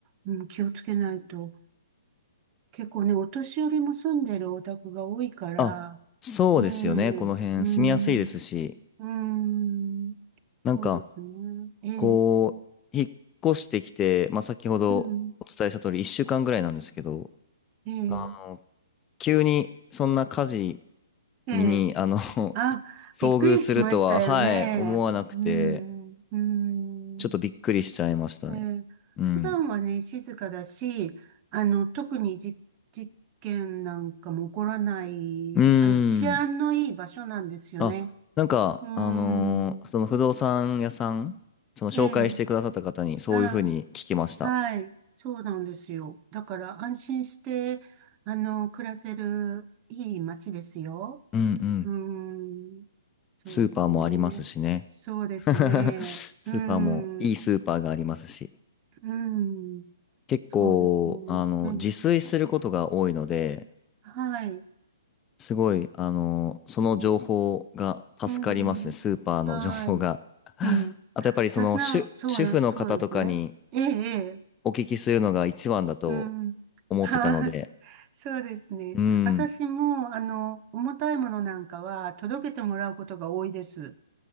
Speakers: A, on the right (about 30°); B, on the left (about 15°).
A: うん、気をつけないと。結構ね、お年寄りも住んでるお宅が多いから、
B: あ、そうですよね。
A: ねえ、
B: この辺住みやすいですし、
A: うん、うん、
B: なんか、
A: そうですね。ええ、
B: こう、引っ越してきて、まあ、先ほどお伝えした通り1週間ぐらいなんですけど、
A: うん、ええ、
B: あの、急にそんな火事
A: ええ、
B: に、あの、<laughs>
A: あ、
B: 遭遇するとは、
A: びっくりしましたよね。
B: はい、思わなくて、
A: うん、うん。
B: ちょっとびっくりしちゃいましたね。
A: えー普段はね、
B: うん。
A: 静かだし、あの、特にじ事件なんかも起こらない、
B: うーん。
A: あの、治安のいい場所なんですよね。
B: あ、なんか、
A: うーん。
B: あのーその不動産屋さん、その紹介してくださった方にそういうふうに聞きました。
A: ええ、あ、はい。そうなんですよ。だから安心して、あの、暮らせるいい街ですよ。
B: うんうん。
A: うーん。そうですね。
B: スーパーもありますしね。
A: そうですね。
B: <laughs> スーパーも、
A: うーん。
B: いいスーパーがありますし。
A: うーん。
B: 結構、
A: そうですね。
B: あの、
A: うん。
B: 自炊することが多いので、
A: はい。
B: すごい、あの、その情報が助かりますね、
A: うん。
B: スーパーの情報が。
A: はい。
B: <laughs>
A: うん。
B: あと、やっぱりその主、
A: 私な、そうな、
B: 主婦の方とかに
A: そうですね。ええ、ええ。
B: お聞きするのが一番だと
A: うん。<laughs>
B: 思ってたので、
A: はい。そうですね。
B: うん。
A: 私も、あの、重たいものなんかは届けてもらうことが多いです。